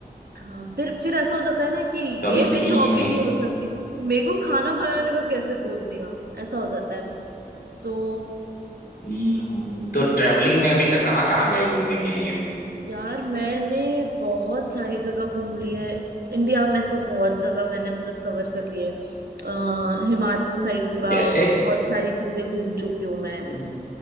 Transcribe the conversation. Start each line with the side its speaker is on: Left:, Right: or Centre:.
Right: हाँ फिर फिर ऐसा हो जाता है ना कि
Left: कभी
Right: ये मेरी
Left: थी
Right: हॉबी
Left: ही
Right: नहीं हो सकती मेरे को खाना बनाने का कैसे बोल दिया ऐसा हो जाता है मुझे तो
Left: हम्म, तो
Right: ठीक
Left: ट्रेवलिंग
Right: है
Left: में अभी तक कहाँ कहाँ गए घूमने के लिए
Right: यार मैंने बहुत सारी जगह घूम ली है इंडिया में तो बहुत जगह मैंने मतलब कवर कर ली है अ, हिमाचल साइड पूरा
Left: जैसे
Right: बहुत सारी चीजें घूम चुकी हूँ मैं
Left: हम्म